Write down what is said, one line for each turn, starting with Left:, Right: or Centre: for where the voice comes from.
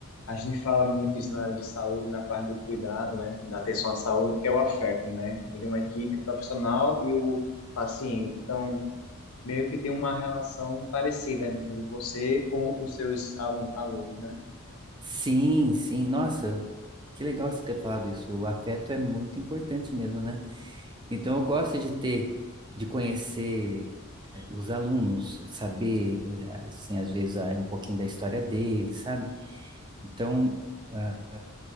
Left: a gente fala muito isso na área de saúde, na parte do cuidado, né, da atenção à saúde, que é o afeto, né? Ele é uma equipe de profissional e o paciente, então meio que tem uma relação parecida nisso de você com os seus alu- alunos, né?
Right: Sim, sim, nossa, que legal você ter falado isso. O afeto é muito importante mesmo, né? Então eu gosto de ter, de conhecer eh, os alunos, saber, eh, assim, às vezes ah, um pouquinho da história deles, sabe? Então, ah,